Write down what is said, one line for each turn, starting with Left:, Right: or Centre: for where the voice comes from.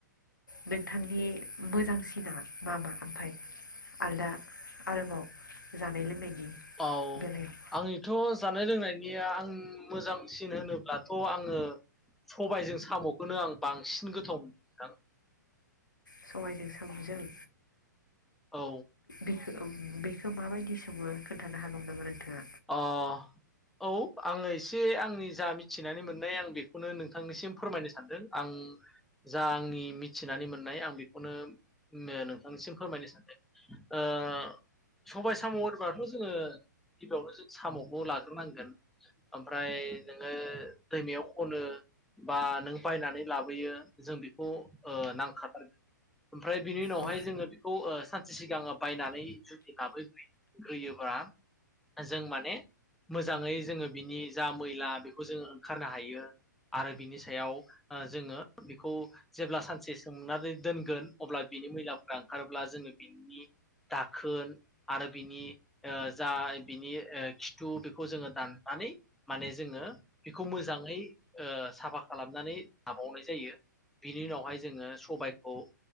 Left: नोंथांनि मोजांसिना मा मा ओमफाय आलदा आरोबाव जानाय लोंनायनि
Centre: औ
Left: बेलायाव
Centre: आंनिथ' जानाय लोंनायनिया आं मोजां सिन होनोब्लाथ' आङो सबायजों साम'खौनो आं बांसिन गोथाव मोनो नोंथां
Left: सबायाइजों साम'जों
Centre: औ
Left: बिख बेखौ माबायदि सङो खोन्थानो हागौमोन नामा नोंथां आ
Centre: अ औ आङो एसे आंनि जा मिथिनानै मोननाय आं बेखौनो नोंथांनिसिम फोरमायनो सानदों आं उम जा आंनि मिथिनानै मोननाय आं बेखौनो नोंथांनिसिम फोरमायनो सानदों ओ सबाय साम' होनबाथ' जोङो गिबियावनो जो साम'खौ लाग्रोनांगोन ओमफ्राय नोङो दैमायाव खनो बा नों बायनानै लाबोयो जों बेखौ ओ नांखाथारगोन ओमफ्राय बिनि उनावहाय
Left: औ
Centre: जोङो बेखौ ओ सानसे सिगां बायनानै जुदि लाबोग्रोग्रोयोबा <unintelligible> जों माने मोजाङै जोङो बिनि जा मैला बेखौ जोङो ओंखारनो हायो आरो बिनि सायाव जोङो बेखौ जेब्ला सानसे सोमनानै दोनगोन अब्ला बिनि मैलाफ्रा ओंखारोब्ला जोङो बिनि दाखोन आरो बिनि ओ जा बिनि ओ खिथु बेखौ जोङो दाननानै माने जोङो बेखौ मोजाङै ओ साफा खालामनानै लाबावनाय जायो बिनि उनावहाय जोङो सबायखौ